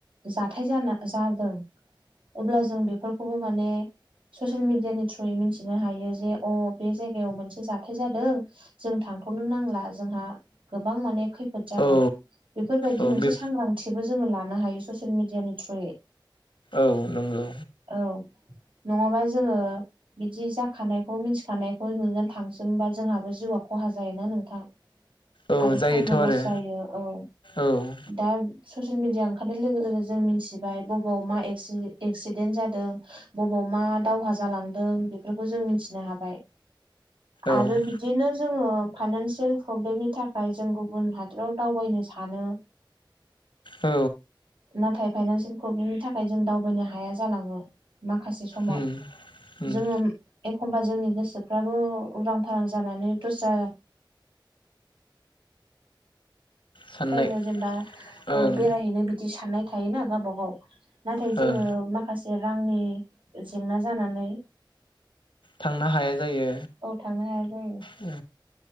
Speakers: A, on the right; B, on the left.
A: जाथाय जा जादों। अब्ला जों बेफोरखौबो माने ससियेल मिडिया नि थ्रुयै मिथिनो हायो जे अ बे जायगायाव मोनसे जाग हाबथाय जादों जों थांथ'नो नांला जोंहा गोबां माने खैफोद जागोन।
B: औ
A: बेफोरबायदि
B: औ
A: मोनसे
B: बे
A: सांग्रांथिबो जोङो लानो हायो ससियेल मिडियानि थ्रुयै।
B: औ नंगौ।
A: औ नङाबा जोङो बिदि जाखानायखौ मिथिखानायखौ नुनानै थांसै जबा जोंहाबो जिउआ खहा जाय ना नोंथां।
B: औ
A: आरो
B: जायोथ'
A: टाइमबो लस
B: आरो
A: जायो औ
B: औ
A: दा। ससियेल मिडिया ओंखारनाय लोगो लोगो जों मिथिबाय बबेाव मा एक्सिडेन्ट जादों। बबाव मा दावहा जालांदों बेफोरखौ जों मिथिनो हाबाय।
B: औ
A: आरो बिदिनो जोङो फाइनानसियेल प्रब्लेमनि थाखाय जों गुबुन हाद बाव दावबायनो सानो।
B: औ
A: नाथाय फाइनानसियेल प्रब्लेमनि थाखाय जों दावबायनो हाया जालाङो माखासे समाव।
B: उम उम
A: जोङो एखमबा जोंनि गोसोफ्राबो उरां फारां जानानै दस्रा
B: साननाय
A: जायगायाव जेनेबा औ
B: ओं
A: बेरायहैनो बिदि साननाय थायोना गावबा गाव नाथाय जोङो
B: ओं
A: माखासे रांनि जेंना जानानै
B: थांनो हाया जायो।
A: औ थांनो हाया जायो।
B: औ।